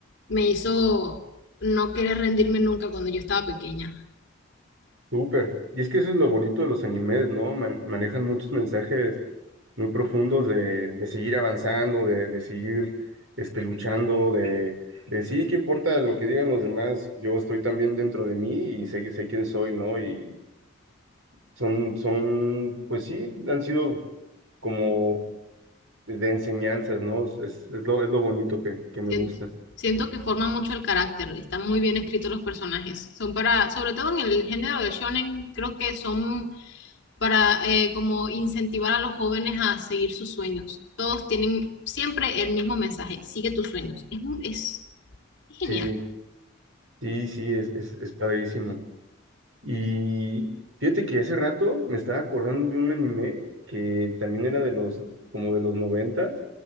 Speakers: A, on the left (about 55°); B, on the right (about 70°).
A: me hizo no querer rendirme nunca cuando yo estaba pequeña.
B: Súper. Y es que eso es lo bonito de los animes, ¿no? Man- manejan muchos mensajes muy profundos de, de seguir avanzando, de, de seguir este, luchando, de, de sí, qué importa lo que digan los demás, yo estoy también dentro de mí y sé, sé quién soy, ¿no? Y son, son, pues sí, han sido como de enseñanzas, ¿no? Es, es lo, es lo bonito que, que me
A: Siento,
B: gusta.
A: siento que forma mucho el carácter, están muy bien escritos los personajes. Son para, sobre todo en el género del shonen, creo que son para eh, como incentivar a los jóvenes a seguir sus sueños. Todos tienen siempre el mismo mensaje, sigue tus sueños. Es, mu- es genial.
B: Sí, sí, sí, es, es, es padrísimo. Y fíjate que hace rato me estaba acordando de un anime que también era de los, como de los noventas